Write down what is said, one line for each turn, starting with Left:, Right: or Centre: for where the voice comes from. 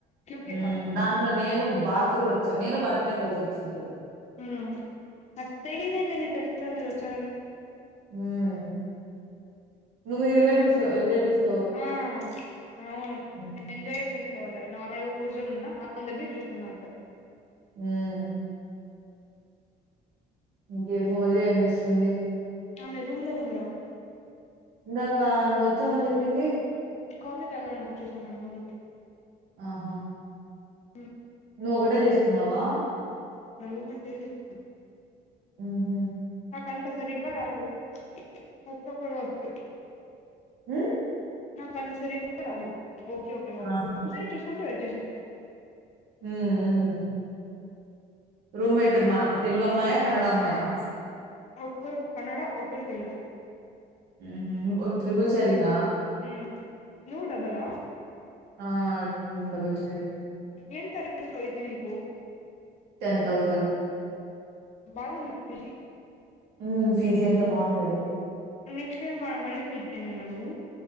Left: క్యూకేకా
Right: ఉమ్ దాంట్లో నేను భారతి కూడా నేను భారతినే కలిసి వచ్చింది ఇక్కడికి
Left: ఉమ్ నాకు తెలీన తెలి తెలిదు మీరు వచ్చారని
Right: హమ్ నువే మీ రిలేటివ్స్ రిలేటివ్స్
Left: ఆ అవును
Right: హ్మ్.
Left: ఎంజాయే చేయలేదు వాళ్ళు మామలుగా కూర్చొని ఉన్న అందరిది చూస్తున్నా ఉంటారు
Right: ఆమ్ ఇంకే భోజ <unintelligible> ఏం చేస్తుంది
Left: ఆమె రూమ్ లో ఉందిగా
Right: ఇందాక నువ్వు వచ్చావని చెప్పింది
Left: కాఫీ తాగడానికి వచ్చేసాను నేను రూమ్ కి
Right: ఆహ
Left: ఆమ్
Right: నువ్వు ఒకటే చేసుకున్నావా
Left: ఉమ చేసి <unintelligible>
Right: ఉమ్ హా
Left: నాకంత సరిగా రాదు కొంచెం కొంచెం వచ్చూ
Right: హ
Left: నాకు అంత సరిగా రాదు ఓకే ఓకేగా వచ్చు
Right: ఆహా!
Left: ఒకసారి చూసుకుంటే వ చేస్తేస్తా
Right: ఆమ్ రూమ్మేట్ అమ్మా తెలుగు అమ్మయా కన్నడ అమ్మాయా
Left: ఒక్కరు కన్నడ ఒక్కరు తెలుగు
Right: హమ్ హా ట్రిబుల్ షేరింగ్
Left: హ నువ్వు డబల్లా
Right: ఆ డబుల్ షేర్ యే
Left: ఏం టాలెంట్ అయితే నీకు
Right: టెన్ థౌజండ్
Left: బబ నకు తజీ <unintelligible>
Right: ఉ పీజీ అంత బాగుంటా ది
Left: నెక్స్ట్ ఇయర్ మల్లా మళ్ళీ పి జి యేన నువ్వు.